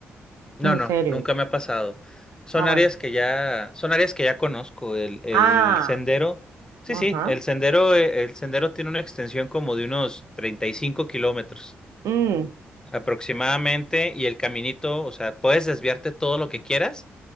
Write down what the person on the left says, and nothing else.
no,
no,
nunca me ha pasado. Son
áreas que ya, son áreas que ya conozco. El, el
sendero, sí,
sí, el sendero, eh, el sendero tiene una extensión como de unos treinta y cinco kilómetros.
aproximadamente y el caminito, o sea, puedes desviarte todo lo que quieras